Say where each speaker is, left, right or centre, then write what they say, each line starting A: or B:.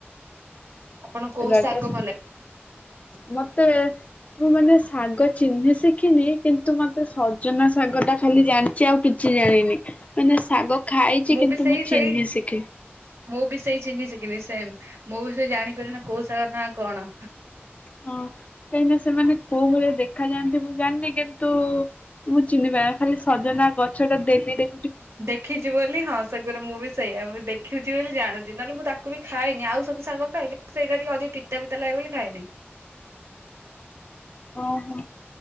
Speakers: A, on the right (about 80°); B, on the left (about 30°).
A: ଆପଣ କୋଉ
B: ରାଜ
A: ଶାଗ
B: ଶ
A: ଭଲ ଲାଗେ?
B: ମତେ। ମୁଁ ମାନେ ଶାଗ ଚିହ୍ନି ଶିଖିନି କିନ୍ତୁ ମତେ ସଜନା ଶାଗ ଟା ଖାଲି ଜାଣି ଚି ଆଉ କିଛି ଜାଣିନି ମାନେ ଶାଗ ଖାଇଛି କିନ୍ତୁ
A: ବି ସେଇ
B: ମୁଁ ଚିହ୍ନି
A: ସେଇ
B: ଶିଖି
A: ମୁଁ ବି ସେଇ ଚିହ୍ନି ସିକିିନି ସେମ୍ ମୁଁ ବି ସେଇ ଜାଣିପାରେ ନା କୋଉ ସାଗର ନାଁ କଣ।
B: ହଁ କାହିଁ ନା ସେମାନେ କୋଉ ଭଳିଆ ଦେଖା ଯାଆନ୍ତି ମୁଁ ଜାଣିନି କିନ୍ତୁ। ମୁଁ ଚିହ୍ନି ପାରେନା ଖାଲି ସଜନା ଗଛ ଟା ଡେଲି ଦେ
A: ଦେଖିଚି ବୋଲି ହଁ ସେଗରେ ମୁଁ ବି। ସେଇଆ ମୁଁ ଦେଖୁଛି ବୋଲି ଜାଣୁଛି ନହେଲେ ମୁଁ ତାକୁ ବି ଖାଏନି ଆଉ ସବୁ ଶାଗ ଖାଏ କିନ୍ତୁ ସେଇଟା ଟିକେ ଅଧିକ ପି ପିତା ପିତା ଲାଗେ ବୋଲି ଖାଏନି।
B: ଓହୋ।